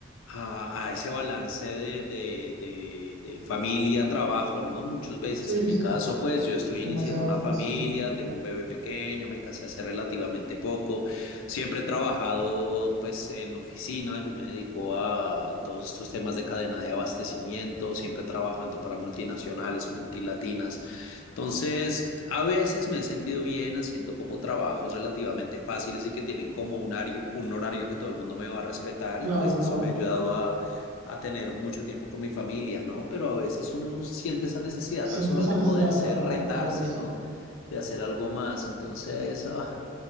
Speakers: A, on the left; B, on the right.
A: a, a ese balance de, de, de, de familia, trabajo, ¿no? Muchas veces,
B: Sí,
A: en mi
B: sí.
A: caso, pues yo estoy
B: Demasiado
A: iniciando una
B: flexible.
A: familia, tengo un bebé pequeño, me casé hace relativamente poco, siempre he trabajado pues en oficina, yo me dedico a todos estos temas de cadena de abastecimiento, siempre trabajando para multinacionales, multilatinas. Entonces, a veces me he sentido bien haciendo como trabajos relativamente fáciles y que tienen como un horario, un horario que todo el mundo me va a respetar y
B: Claro,
A: pues
B: claro.
A: eso me ha ayudado a, a tener mucho tiempo con mi familia, ¿no? Pero a veces uno siente esa necesidad
B: Siente
A: personal
B: esa
A: de
B: necesidad
A: poderse
B: de hacer al
A: retarse,
B: mar. Claro que sí.
A: ¿no? De hacer algo más. Entonces, ah,